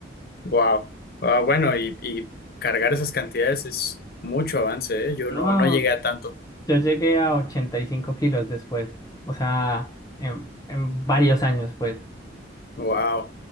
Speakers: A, on the left; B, on the left.
A: Wow. Ah, bueno, y, y cargar esas cantidades es mucho avance, ¿eh? Yo
B: No,
A: no, no llegué a tanto.
B: yo llegué a 85 kilos después. O sea, en, en varios años, pues.
A: Wow.